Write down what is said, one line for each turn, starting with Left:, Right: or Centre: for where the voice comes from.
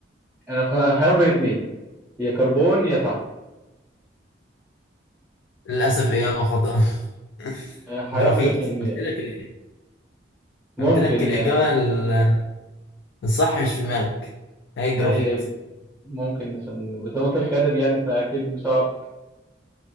Centre: انا انا حيران بين اتنين يا كربون يا فحم
Left: <laughs> للأسف إجابة خاطئة <laughs>
Centre: انا حيران
Left: جرافيت
Centre: بين الاتنين
Left: قلت
Centre: يعني.
Left: لك ال-
Centre: <laughs> ممكن
Left: قلت لك الإجابة
Centre: يعني
Left: ال- الصح مش في دماغك هي الجرافيت
Centre: اي ممكن عشان زي ما قلت لك ادب يعني فاكيد مش هعرف